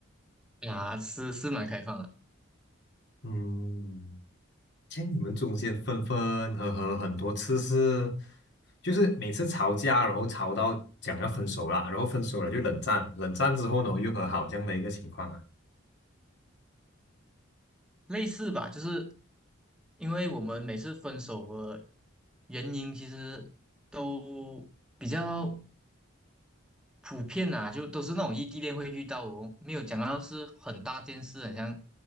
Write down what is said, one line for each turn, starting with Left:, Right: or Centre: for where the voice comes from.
Centre: 啊，是是蛮开放的，
Left: 嗯，像你们中间分分合合很多次是，就是每次吵架，然后吵到讲要分手了，然后分手了就冷战，冷战之后呢又和好这样的一个情况啊。
Centre: 类似吧，就是因为我们每次分手的原因其实都比较。普遍啊，就都是那种异地恋会遇到哦，没有讲到是很大件事，很像